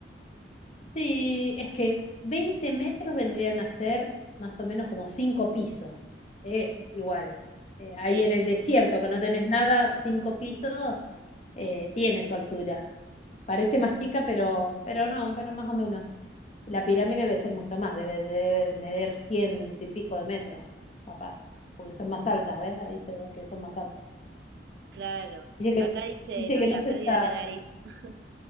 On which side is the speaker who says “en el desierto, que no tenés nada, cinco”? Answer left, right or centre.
Left